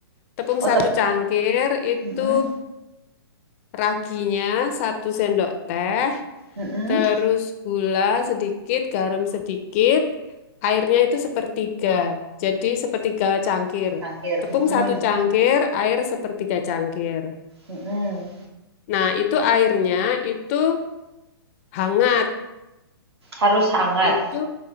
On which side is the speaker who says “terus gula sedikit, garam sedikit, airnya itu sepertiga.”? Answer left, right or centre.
Left